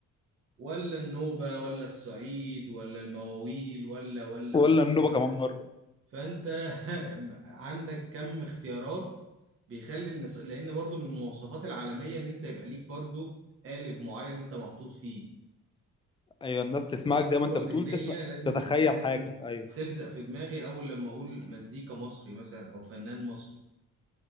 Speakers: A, on the right (about 45°); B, on the left (about 15°).
A: ولا النوبه ولا الصعيد ولا المواويل ولا ولا
B: ولا النوبة
A: ولا
B: كمان مرة
A: فانت <laughs> عندك كم اختيارات بيخلي الناس لان برضو من المواصفات العالميه ان انت يبقى ليك برضو قالب معين انت محطوط فيه
B: ايوه الناس تسمعك
A: ليك صوره
B: زي ما انت
A: ذهنيه
B: بتقول تسمع
A: لازم
B: تتخيل
A: لازم
B: حاجه ايوه
A: تلزق في دماغي اول لما اقول مزيكا مصري مثلا او فنان مصري